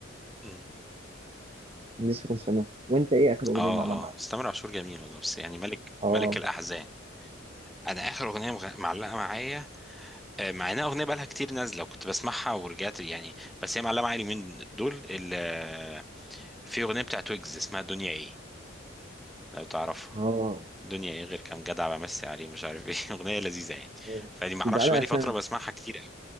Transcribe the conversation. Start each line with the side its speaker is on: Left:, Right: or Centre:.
Centre: مم.
Right: لسه كنت سامعها وأنت إيه آخر أغنية
Centre: اه
Right: معلقة معاك؟
Centre: اه بس تامر عاشور جميل والله بس يعني ملك
Right: آه
Centre: ملك الاحزان انا اخر اغنيه مغ- معلقه معايا آه، مع انها اغنيه بقالها كتير نازله وكنت بسمعها ورجعت يعني بس هي معلقه معايا اليومين دول ال- آه، في اغنيه بتاعت ويجز اسمها دنيا ايه لو تعرفها
Right: آه
Centre: دنيا ايه غير كام جدع بمسي عليه ومش عارف ايه <laughs> اغنيه لذيذه يعني
Right: آه،
Centre: فدي ما اعرفش
Right: يبقى لها
Centre: بقالي
Right: سنة
Centre: فتره بسمعها كتير قوي